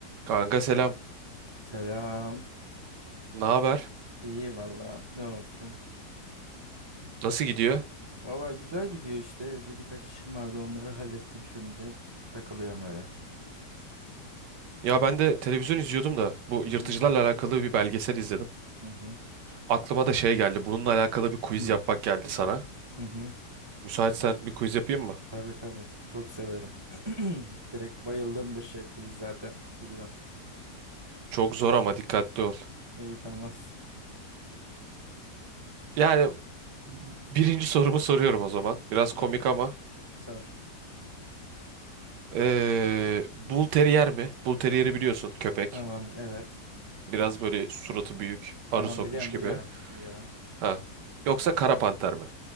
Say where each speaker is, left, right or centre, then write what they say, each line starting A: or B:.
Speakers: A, on the right; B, on the right.
A: Kanka selam.
B: Selam.
A: Ne haber?
B: İyi valla ne olsun.
A: Nasıl gidiyor?
B: Valla güzel gidiyor işte. Evde birkaç işim vardı onları hallettim şimdi. Takılıyorum öyle.
A: Ya ben de televizyon izliyordum da bu
B: Hı hı.
A: yırtıcılarla alakalı bir belgesel izledim.
B: Hı hı.
A: Aklıma da şey geldi. Bununla alakalı bir quiz
B: Hı
A: yapmak geldi sana.
B: hı. hı.
A: Müsaitsen bir quiz yapayım mı?
B: Tabii tabii. Çok severim. <clears throat> Direkt bayıldığım bir şey quiz zaten. Biliyorum.
A: Çok zor ama dikkatli ol.
B: İyi tamam.
A: Yani birinci sorumu soruyorum o zaman. Biraz
B: <laughs>
A: komik
B: Sor.
A: ama.
B: Sor.
A: Ee, Bull Terrier mi? Bull Terrier'i biliyorsun köpek.
B: Tamam evet.
A: Biraz böyle suratı büyük,
B: Tamam
A: arı sokmuş
B: biliyorum
A: gibi.
B: biliyorum. Biliyorum.
A: Ha. Yoksa Kara Panter mi?